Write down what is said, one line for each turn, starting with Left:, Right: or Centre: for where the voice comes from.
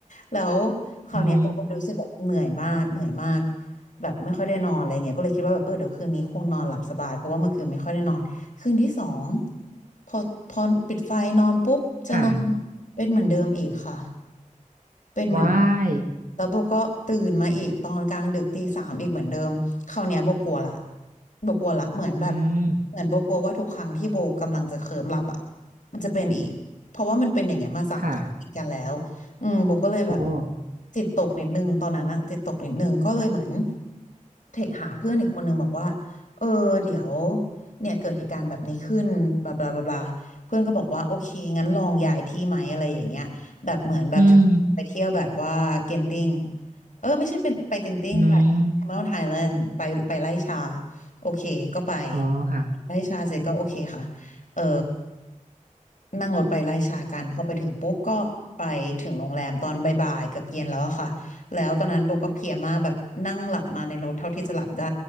Left: แล้วคราวเนี้ยโบก็รู้สึกแบบเหนื่อยมากเหนื่อยมาก
Right: อืม
Left: แบบไม่ค่อยได้นอนอะไรเงี้ยก็เลยคิดว่าแบบเออเดี๋ยวคืนนี้คงนอนหลับสบายเพราะว่าเมื่อคืนไม่ค่อยได้นอนคืนที่สองพอพอปิดไฟนอนปุ๊บจะนอน
Right: ค่ะ
Left: เป็นเหมือนเดิมอีกค่ะ เป็นเหมือน
Right: ว้าย
Left: แล้วโบก็ตื่นมาอีกตอนกลางดึกตีสามอีกเหมือนเดิมคราวเนี้ยโบกลัวละโบกลัวละเหมือนแบบ
Right: อืม
Left: เหมือนโบกลัวว่าทุกครั้งที่โบกำลังจะเคลิ้มหลับอ่ะมันจะเป็นอีกเพราะว่ามันเป็นอย่างเงี้ยมาสามครั้งติดกันแล้วอืมโบก็เลยแบบ
Right: ค่ะโอ้
Left: จิตตกนิดนึงตอนนั้นอะจิตตกนิดนึงก็เลยเหมือนเทคหาเพื่อนอีกคนนึงบอกว่าเออเดี๋ยวเนี่ยเกิดเหตุการณ์แบบนี้ขึ้นบลาบลาบลาบลาเพื่อนก็บอกว่าโอเคงั้นลองย้ายที่ไหมอะไรอย่างเงี้ย แบบเหมือนแบบ
Right: อืม
Left: ไปเที่ยวแบบว่าเกนติ้งเออไม่ใช่เป็นไปเกนติ้งไปแคม
Right: อืม
Left: e รอนไฮแลนด์ไปไปไล่ชาโอเคก็ไป
Right: อ๋อค่ะ
Left: ไล่ชาเสร็จก็โอเคค่ะเออ นั่งรถไปไล่ชากันพอไปถึงปุ๊บก็ไปถึงโรงแรมตอนบ่ายๆเกือบเย็นแล้วอะค่ะแล้วตอนนั้นโบก็เพลียมากแบบนั่งหลับมาในรถเท่าที่จะหลับได้